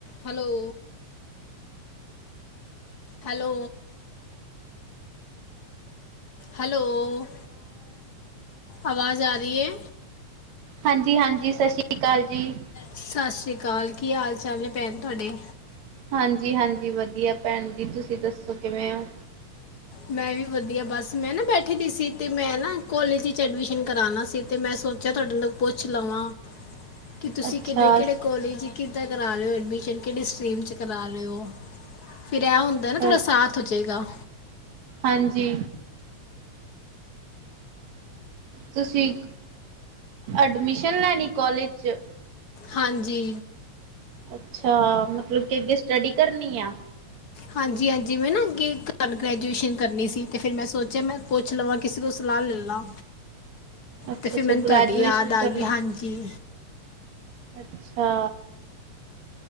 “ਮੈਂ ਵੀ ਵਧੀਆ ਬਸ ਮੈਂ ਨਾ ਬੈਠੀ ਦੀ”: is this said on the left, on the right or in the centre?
Left